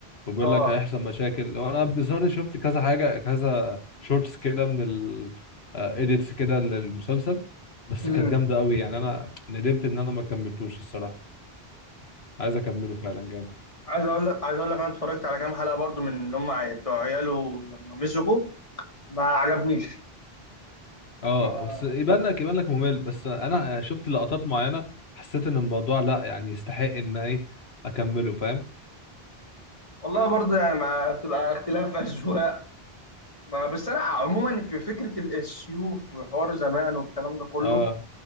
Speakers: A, on the left (about 80°); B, on the left (about 35°).
A: وبيقول
B: اه
A: لك هيحصل مشاكل لو انا بظهر شفت كذا حاجة كذا شورتس كده من ال آه، edits كده للمسلسل بس
B: امم
A: كانت جامدة قوي يعني انا ندمت ان انا ما كملتوش الصراحة عايز اكمله فعلا جامد
B: عايز اقول لك عايز اقول لك انا اتفرجت على كام حلقة برضو من اللي هم عي- بتوع عياله لما مسكوا ما عجبنيش
A: اه
B: ما
A: بس يبان لك يبان لك ممل بس انا شفت لقطات معينة حسيت ان الموضوع لا يعني يستحق ان ايه اكمله فاهم
B: والله برضه يعني ما بتبقى اختلاف <laughs> اذواق ما بس انا عموما في فكره ال- السيوف وحوار زمان والكلام ده كله
A: اه